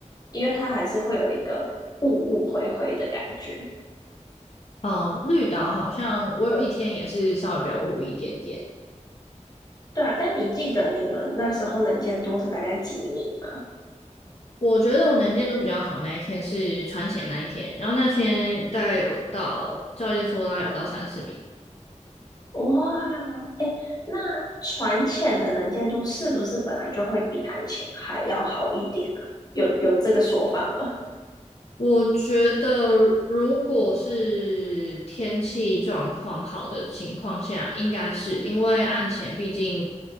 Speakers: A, on the left; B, on the left.
A: 因为它还是会有一个雾雾灰灰的感觉。
B: 嗯，绿岛好像我有一天也是稍微比较雾一点点。
A: 对啊，但你记得你们那时候能见度是大概几米吗？
B: 我觉得我能见度比较好那一天是船潜那一天，然后那天大概有到教练说大概有到三十米，
A: 哇，那船浅的能见度是不是本来就会比岸浅还要好一点啊？有有这个说法吗？
B: 我觉得，如果是天气状况好的情况下，应该是因为岸前毕竟